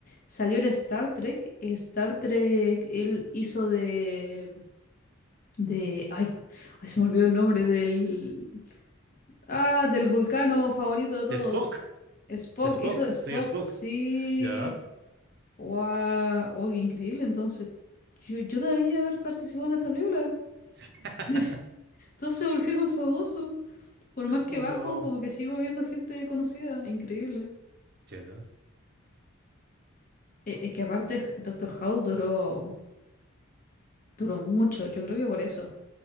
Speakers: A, on the left; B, on the right.
A: Salió en Star Trek. En Star Trek, él hizo de. de. Ay, ay, se me olvidó el nombre del. Ah, del vulcano favorito de todos.
B: De Spock.
A: Spock,
B: De Spock.
A: hizo de Spock,
B: Señor Spock.
A: sí.
B: ¿Ya?
A: Wow, Oye, increíble. Entonces, yo, yo debía haber participado en esta película.
B: <laughs>
A: <laughs> Todos se volvieron <laughs> famosos. Por más que
B: Oh,
A: bajo,
B: no.
A: como que sigo viendo gente conocida. Increíble.
B: ¿Cierto?
A: E- Es, que aparte, J- Doctor House duró, duró mucho. Yo creo que por eso.